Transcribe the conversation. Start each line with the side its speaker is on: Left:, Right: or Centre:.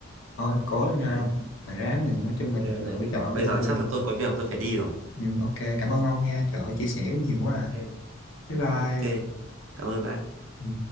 Left: thôi cố lên
Right: đấy
Left: nha ông mình ráng mình nói chung
Right: ok
Left: mình
Right: bạn
Left: lựa
Right: ơi nhưng
Left: chọn
Right: mà bây
Left: cái con
Right: giờ
Left: đường
Right: chắc là tôi có việc tôi phải đi rồi
Left: ừ, ok cảm ơn ông nha trời ơi chia sẻ nhiều
Right: ok
Left: quá à bye bye
Right: ok cảm ơn bạn
Left: Ừ.